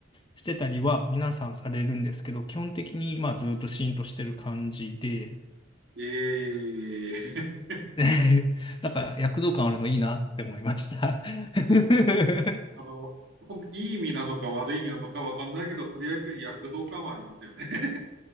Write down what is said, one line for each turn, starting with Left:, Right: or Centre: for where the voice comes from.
Left: してたりは皆さんされるんですけど、基本的にまあずっとシーンとしてる感じで、
Right: ええ、
Left: <laughs> なんか躍動感あるのいいなって思いました。<laughs>
Right: <laughs> あの、ほんいい意味なのか悪い意味なのか分かんないけど、とりあえず躍動感はありますよね。